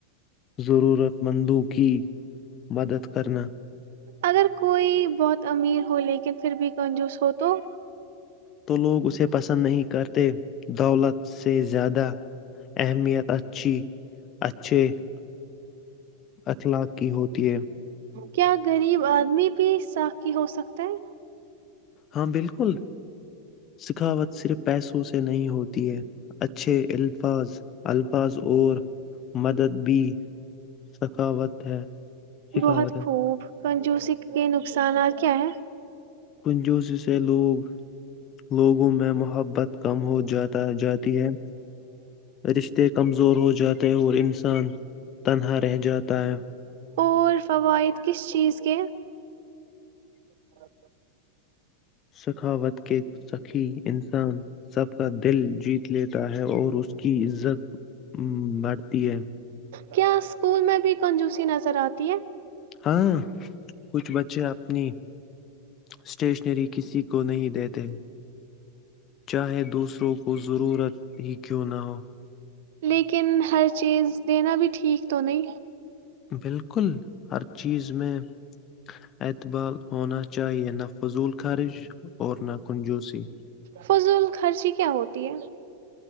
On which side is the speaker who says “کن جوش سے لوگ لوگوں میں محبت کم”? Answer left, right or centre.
Left